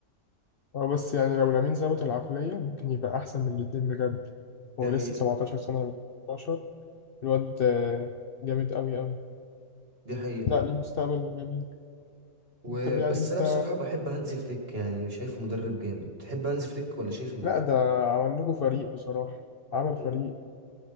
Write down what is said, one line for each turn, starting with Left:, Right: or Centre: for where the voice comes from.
Left: أه بس يعني لو لامين ظبط العقلية ممكن يبقى أحسن من الاتنين بجد
Right: دي
Left: هو
Right: حقيقه
Left: لسه 17 سنة ولا 18 الواد آه، جامد أوي أوي
Right: دي حقيقه
Left: لأ ليه مستقبل جميل
Right: وبس
Left: طب يعني أنت
Right: انا بصراحه بحب هانزي فليك يعني شايفه مدرب جامد تحب هانزي فليك ولا شايف ان
Left: لأ ده عمل لكم فريق بصراحة عمل
Right: مم.
Left: فريق